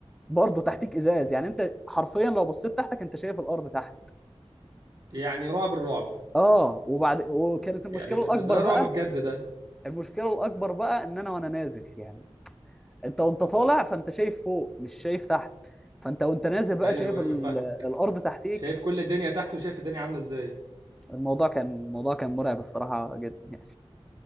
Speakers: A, in the centre; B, on the right (about 45°).
A: برضه تحتيك ازاز يعني انت حرفيا لو بصيت تحتك انت شايف الارض تحت
B: يعني رعب الرعب
A: اه وبعد وكانت
B: يعني
A: المشكله
B: ده,
A: الاكبر
B: ده ده
A: بقى
B: رعب بجد ده
A: المشكله الاكبر بقى ان انا وانا نازل يعني انت وانت طالع فانت شايف فوق مش شايف تحت فانت وانت نازل بقى
B: ايوه
A: شايف
B: ايوه
A: ال...
B: فاهمك
A: الارض تحتيك
B: شايف كل الدنيا تحت وشايف الدنيا عاملة ازاي
A: الموضوع كان الموضوع كان مرعب الصراحه جدا يعني